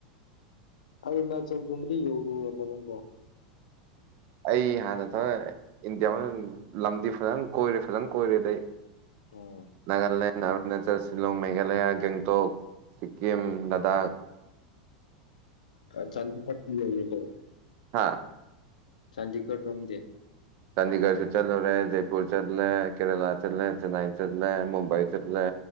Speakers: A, on the left; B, on the right.
A: ꯑꯔꯨꯅꯥꯆꯜꯒꯨꯝꯕꯗꯤ ꯌꯧꯔꯨꯔꯕꯣ ꯅꯪꯕꯣ
B: ꯑꯩ ꯍꯥꯟꯅ ꯊ ꯏꯟꯗꯤꯌꯥ ꯂꯝꯗꯤ ꯐꯖꯅ ꯀꯣꯏꯔꯦ ꯐꯖꯅ ꯀꯣꯏꯔꯦ ꯑꯗꯩ
A: ꯑꯣ
B: ꯅꯥꯒꯜꯂꯦ ꯑꯔꯨꯅꯥꯆꯜ ꯁꯤꯂꯣꯡ ꯃꯦꯘꯥꯂꯌꯥ ꯒꯦꯡꯇꯣꯛ ꯁꯤꯛꯀꯤꯝ ꯂꯥꯗꯥꯛ <unintelligible>
A: ꯆꯥꯟꯗꯤ ꯐꯠꯇ ꯂꯩꯔꯄꯣ <unintelligible>
B: ꯍꯥꯥ
A: ꯆꯥꯟꯗꯤꯒꯔ ꯔꯣꯝꯗꯤ
B: ꯆꯥꯟꯗꯤꯒꯔꯁꯤ ꯆꯜꯔꯦ ꯖꯦꯄꯨꯔ ꯆꯠꯂꯦ ꯀꯦꯔꯂꯥ ꯆꯠꯂꯦ ꯆꯦꯟꯅꯏ ꯆꯠꯂꯦ ꯃꯨꯝꯕꯥꯩ ꯆꯠꯂꯦ